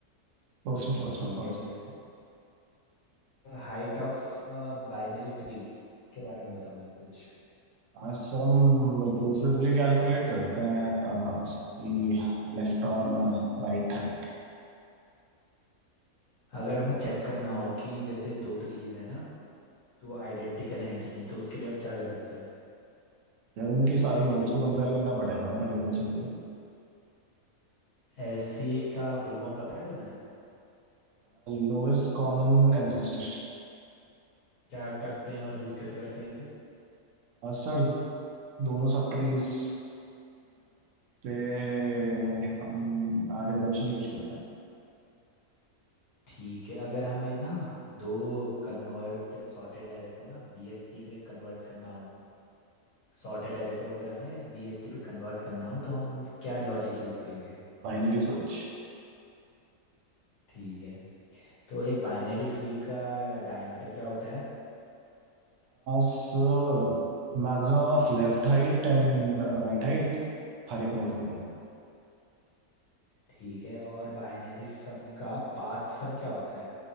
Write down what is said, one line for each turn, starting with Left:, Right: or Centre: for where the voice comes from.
Right: first in first
Left: ठीक
Right: out concept
Left: है बढ़िया हाइट ऑफ बाइनरी ट्री के बारे में बताओ मेरे को कुछ
Right: हाँ, सर हम रिकर्सिवली कैलकुलेट करते हैं अ, उसकी लेफ्ट और राइट हैंड
Left: अगर हमें चेक करना हो कि जैसे दो ट्रीज है ना तो वो आइडेंटिकल हैं कि नहीं तो उसके लिए हम क्या कर सकते हैं
Right: यार उनकी सारी नोट्स को कंपेयर करना पड़ेगा ना recursively
Left: एलसीए का फुल फॉर्म पता है तुम्हें
Right: Lowest common ancestor
Left: क्या करते हैं और यूज़ कैसे करते हैं इसे
Right: Sir दोनों सब ट्रीज पे हम आ रिकर्शन यूज करते हैं
Left: ठीक है अगर हमें ना दो कन्वर्ट सॉर्टेड एरे को ना बीएसटी पे कन्वर्ट करना हो सॉर्टेड एरे को अगर हमें बीएसटी पे कन्वर्ट करना हो तो हम क्या लॉजिक यूज़ करेंगे
Right: Binary search
Left: ठीक है तो एक बाइनरी ट्री का डायमीटर क्या होता है
Right: Sir maximum of left height and right height हर एक नोड के लिए
Left: ठीक है और बाइनरी सम का पाथ सम क्या होता है